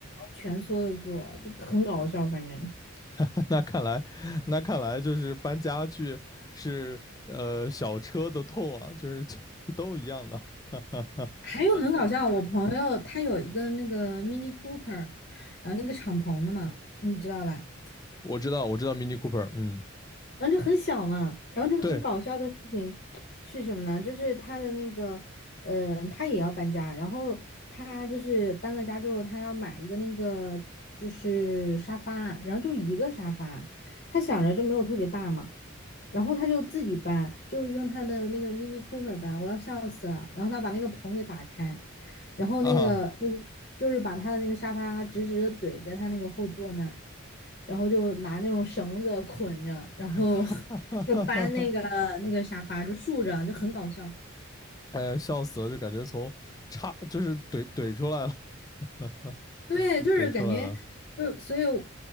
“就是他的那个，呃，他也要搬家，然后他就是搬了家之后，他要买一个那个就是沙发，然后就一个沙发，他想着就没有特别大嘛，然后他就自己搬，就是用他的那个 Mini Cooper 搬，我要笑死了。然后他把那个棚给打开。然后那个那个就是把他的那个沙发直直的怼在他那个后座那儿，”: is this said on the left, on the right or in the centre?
Left